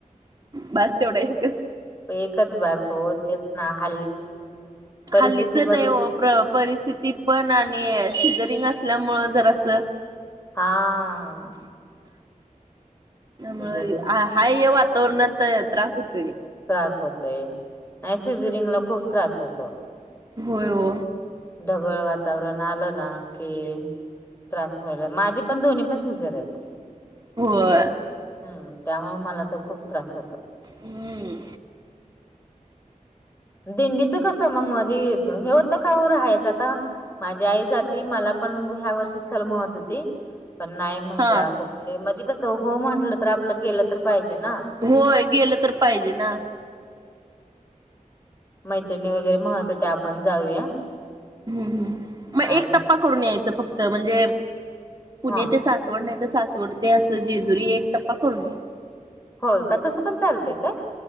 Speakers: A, on the right (about 30°); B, on the left (about 15°).
A: बस तेवढा इथेच,
B: एकच भास हो, तेचना, हल्लीची परिस्थिती
A: हल्लीचं
B: बघितलं
A: नाही हो, परिस्थिती पण, आणि सिजरिंग असल्यामुळं, जरास
B: हा,
A: त्यामुळ
B: सिजरिंग म्हटल्यानंतर
A: हा, ह्या वातावरणात त्रास होतोय.
B: त्रास होतोय, नाही सिजरिंगला खूप त्रास होतो.
A: होय ओ,
B: ढगळ वातावरण, आलं ना की त्रास व्हायला, माझी पण दोन्ही, पण सिजर आहेत.
A: होय.
B: हम्म, त्यामुळ मला तर, खूप त्रास होतोय.
A: हम्म,
B: दिंडीचं कस मग म्हणजे, हे होतं का, हो राहायचं आता, माझी आई जाती, मला पण ह्या वर्षी चल म्हणतहोती. पण नाही म्हटला,
A: हा
B: अग म्हणजे कसं, हो म्हटलं तर आपलं गेलं तर पाहिजे ना.
A: होय, गेलं तर पाहिजे ना.
B: मैत्रिणी वगैरे म्हणत, होत्या आपण जाऊया.
A: हम्म, मग
B: नाही
A: एक
B: म्हटलं
A: टप्पा करून यायचं, फक्त म्हणजे पुणे
B: हा
A: ते सासवड, नाही ते सासवड ते असं जेजुरी, एक टप्पा करून येयच.
B: होय का, तसं पण चालतंय काय?